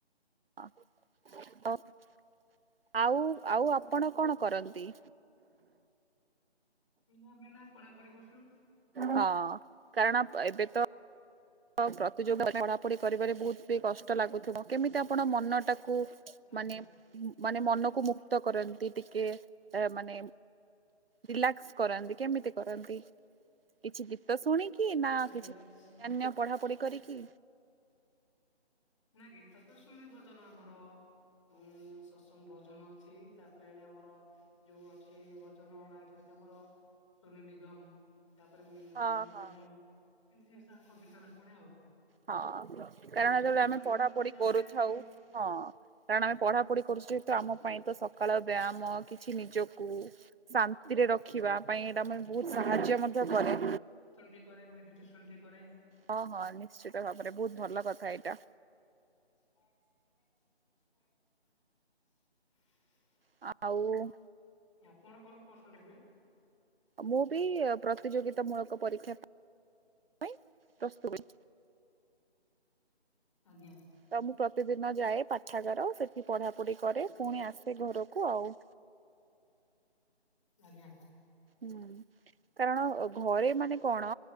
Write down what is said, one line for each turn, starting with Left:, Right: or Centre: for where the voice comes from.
Right: ହଁ ତ ଆଉ ଆଉ ଆପଣ କଣ କରନ୍ତି?
Left: ଅମେ ଏଇନା ପଢାପଢି କରୁଛୁ।
Right: ହଁ କାରଣ ଏବେ ତ ପ୍ରତିଯୋଗି ପଢାପଢି କରିବାରେ ବହୁତ ବି କଷ୍ଟ ଲାଗୁଥିବ କେମିତି ଆପଣ ମନ ଟାକୁ
Left: ଆଜ୍ଞା
Right: ମାନେ ମାନେ ମନକୁ ମୁକ୍ତ କରନ୍ତି ଟିକେ ମାନେ ରିଲାକ୍ସ କରାନ୍ତି କେମିତି କରନ୍ତି କିଛି ଗୀତ ଶୁଣିକି କି ନା କିଛି
Left: ରିଲାକ୍ସ
Right: ଅନ୍ୟନ ପଢାପଢି କରିକି
Left: ନା ଗୀତ ତ ଶୁଣେ ଭଜନ ଆମର ଉଁ ସତ୍ସଙ୍ଗ ଭୋଜନ ଅଛି ତାପରେ ଏଣେ ଆମର। ଯୋଉ ଅଛି ଭଜନ ଗାଇଛନ୍ତି ଆମର ସୋନି ନିଗମ। ତାପରେ ଉଁ
Right: ହଁ
Left: ନମିତା
Right: ହଁ।
Left: ମ୍ୟାମ କେମତି ତାଙ୍କ ଗୀତରେ ପୁଣି ଆଉ।
Right: ହଁ କାରଣ
Left: ତାପରେ
Right: ଯେତେବେଳେ ଆମେ
Left: ମର୍ଣ୍ଣିଂ
Right: ପଢାପଢି
Left: ୱାର୍କ ରେ ଯାଉ
Right: କରୁଥାଉ
Left: ଭାରି ଏଠି
Right: ହଁ। କାରଣ ଆମେ ପଢା ପଢି କରୁଛୁ ଯେତ ଆମ ପାଇଁ ତ ସକାଳ ବ୍ୟାୟାମ କିଛି ନିଜକୁ। ଶାନ୍ତିରେ ରଖିବା ପାଇଁ ଏଇଟା ମ ବହୁତୁ ସାହାଯ୍ୟ ମଧ୍ୟ କରେ।
Left: ଦୀପହରେ ମେଡିଟେସନ ଟି କରେ।
Right: ହଁ ହଁ ନିଶ୍ଚିତ ଭାବରେ ବହୁତୁ ଭଲ କଥା ଏଇଟା।
Left: <unintelligible> <unintelligible>
Right: ଆ ଆଉ।
Left: ଆପଣ କଣ କରସନ୍ତି ଏବେ?
Right: ମୁଁ ବି ପ୍ରତିଯୋଗିତା ମୂଳକ ପରୀକ୍ଷା ପାଇଁ ପ୍ରସ୍ତୁହୁଏ।
Left: ଆଜ୍ଞା।
Right: ତ ମୁଁ ପ୍ରତିଦିନ ଯାଏ ପାଠାଗାର ସେଠି ପଢାପଢି କରେ ପୁଣି ଆସେ ଘରକୁ ଆଉ।
Left: ଆଜ୍ଞା।
Right: ହୁଁ କାରଣ ଘରେ ମାନେ କଣ।